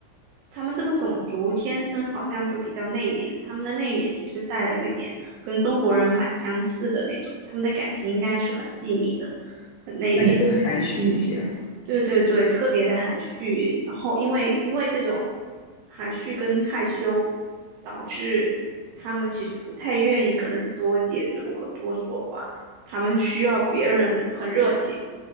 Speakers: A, on the right; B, on the left.
A: 他们这个种族天生好像就比较内敛，他们的内敛其实带了有一点跟中国人蛮相似的那种，他们的感情应该是很细腻的，很内敛。
B: 但是更含蓄一些。
A: 对对对，特别的含蓄，然后因为因为这种含蓄跟害羞，导致他们其实不太愿意跟人多接触和多说话，他们需要别人很热情，